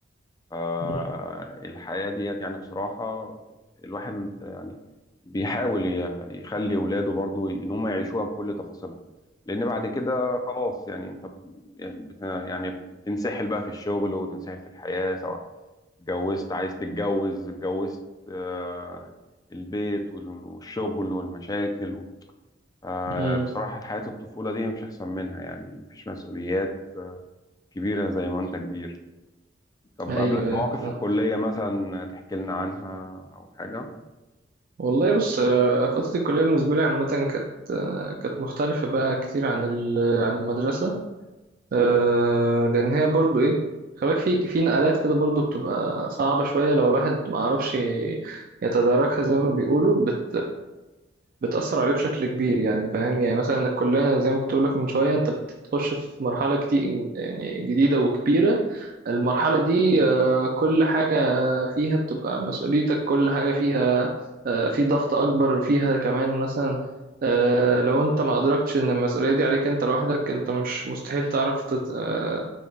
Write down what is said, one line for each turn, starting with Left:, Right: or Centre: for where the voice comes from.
Left: فالحياة
Right: مم.
Left: ديت يعني بصراحة الواحد يعني بيحاول ي- يخلي ولاده برضو ان هم يعيشوها بكل تفاصيلها لان بعد كده خلاص يعني انت بت يعني بتنسحل بقى في الشغل وتنسحل في الحياة سواء اتجوزت عايز تتجوز اتجوزت آه، البيت والشغل والمشاكل فبصراحة
Right: مم.
Left: حياة الطفولة دي مش أحسن منها يعني مفيش مسؤوليات كبيرة زي ما أنت كبير طب
Right: ايوه
Left: قابلك مواقف
Right: ايوه صح
Left: في الكلية مثلا تحكي لنا عنها أو حاجة
Right: والله بص آه، فترة الكلية بالنسبة لي عامة كانت آه، كانت مختلفة بقى كتير عن ال- عن المدرسة آه، لأن هي برضو إيه خلاك في في نقلات كده برضو بتبقى صعبة شوية لو الواحد ما عرفش يتداركها زي ما بيقولوا بت بتأثر عليه بشكل كبير يعني فاهم يعني مثلا الكلية زي ما كنت بقولك من شوية أنت بتخش في مرحلة كتير يعني جديدة وكبيرة المرحلة دي آه، كل حاجة فيها بتبقى مسؤوليتك كل حاجة فيها آه، في ضغط أكبر فيها كمان مثلا آه، لو أنت ما أدركتش إن المسؤولية دي عليك أنت لوحدك أنت مش مستحيل تعرف تت... آه،